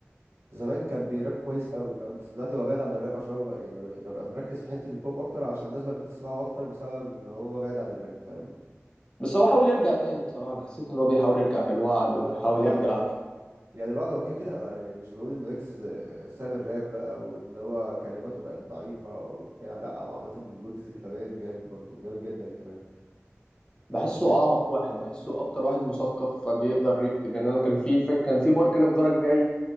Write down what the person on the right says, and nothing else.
زمان كان بيراب كويس قوي فاهم بس دلوقتي هو بعيد عن الراب عشان هو ببقى, ببقى مركز في حتة البوب أكتر عشان الناس بقت بتسمعه أكتر بسبب إن هو بعيد عن الراب فاهم
ما
في الوعد
اه يعني الواحد هو كده كده انا مش بقول ان ويجز ساب الراب بقى وان هو كلماته بقت ضعيفة وبتاع لا هو عامة ويجز كتابيا جامد برضو جامد جدا كمان
بتح...